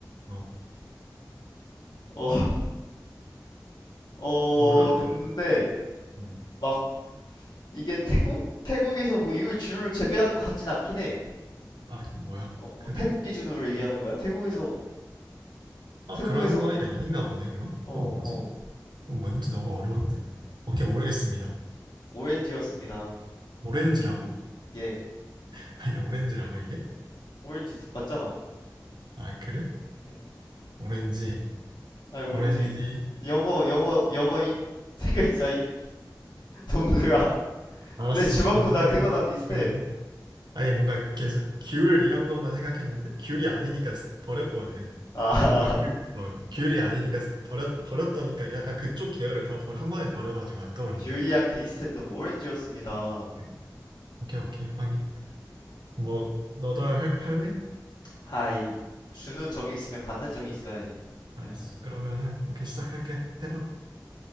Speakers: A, on the right; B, on the left.
A: 어,
B: 어. <laughs> 어,
A: 몰라?
B: 근데
A: 이것도? 뭐.
B: 막 이게 태국 태국에서 뭐 이걸 지울 재배하는 것 같진 않긴 해.
A: 아, 이거 뭐야?
B: 어, 뭐
A: 그래?
B: 태국 기준으로 얘기하는 거야? 태국에서
A: 아,
B: 태국에서
A: 그런 과일이 아닌가 보네, 그럼?
B: 어,
A: 그럼 뭐지?
B: 어.
A: 그럼 뭔지 너무 어려운데? 오케이, 모르겠습니다.
B: 오렌지였습니다.
A: 오렌지라고?
B: 예.
A: <laughs> 아니, 오렌지라고, 이게?
B: 오렌지 맞잖아.
A: 아, 그래?
B: 응.
A: 오렌지,
B: 아, 오렌지.
A: 오렌지,
B: 영어 영어 영어임. <laughs> 세 글자임. 동그람.
A: 알았어,
B: 내 주먹보다
A: 인정할게.
B: 크거나 비슷해.
A: 그러네. 아니, 뭔가 계속 귤 이런 것만 생각했는데, 귤이 아니니까 버렸거든.
B: 아,
A: 뭔가 귤,
B: <laughs>
A: 어, 귤이 아니니까 버렸, 버렸더니까 약간 그쪽 계열을 다 한 번에 버려가지고 안 떠올랐네.
B: 귤이랑 비슷했던 오렌지였습니다.
A: 네. 오케이, 오케이, 확인. 뭐, 너도 할, 할래?
B: 아이, 주는 정이 있으면 받는 정이 있어야지.
A: 알았어.
B: 예.
A: 그러면은, 오케이, 시작할게. 해봐.